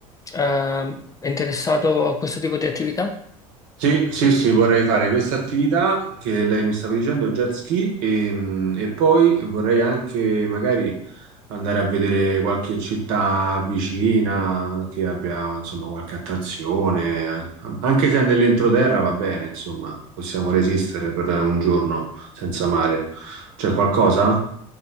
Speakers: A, on the left; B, on the right.
A: Eh, è interessato a questo tipo di attività?
B: Sì, sì, sì, vorrei fare questa attività che lei mi stava dicendo, jet ski, e, mh, e poi vorrei anche magari andare a vedere qualche città vicina che abbia, insomma, qualche attrazione, anche se è nell'entroterra va bene, insomma, possiamo resistere per un giorno senza mare. C'è qualcosa?